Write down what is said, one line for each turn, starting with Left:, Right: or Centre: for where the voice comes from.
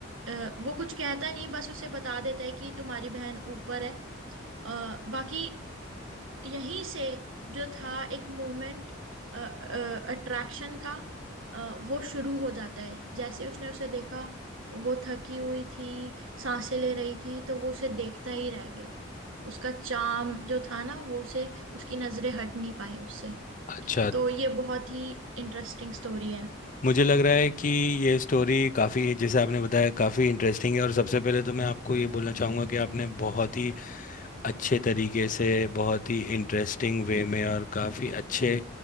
Right: अ, वो कुछ कहता नहीं बस उसे बता देता है कि तुम्हारी बहन ऊपर है अ, बाकी यहीं से जो था एक मूवमेंट अट्रैक्शन का अ, वो शुरू हो जाता है जैसे उसने उसे देखा वो थकी हुई थी सांसें ले रही थी तो वो उसे देखता ही रह गया उसका चार्म जो था ना वो उसे उसकी नजरें हट नहीं पाई उससे
Left: अच्छा
Right: तो ये बहुत ही इंटरेस्टिंग स्टोरी है
Left: मुझे लग रहा है कि ये स्टोरी काफ़ी जैसे आपने बताया काफ़ी इंटरेस्टिंग है और सबसे पहले तो मैं आपको ये बोलना चाहूँगा कि आपने बहुत ही अच्छे तरीके से बहुत ही इंटरेस्टिंग वे में और काफ़ी अच्छे